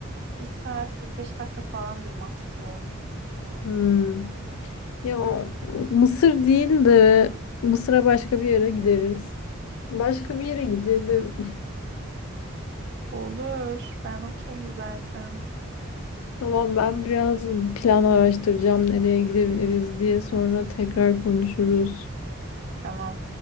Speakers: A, on the right; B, on the left.
A: bir saat 45 dakika falandır maksimum.
B: Hmm. Ya Mısır değil de Mısır'a başka bir yere gideriz. Başka bir yere gidelim.
A: Olur. Ben okeyim zaten.
B: <laughs> Tamam ben biraz plan araştıracağım nereye gidebiliriz diye sonra tekrar konuşuruz.
A: Tamam.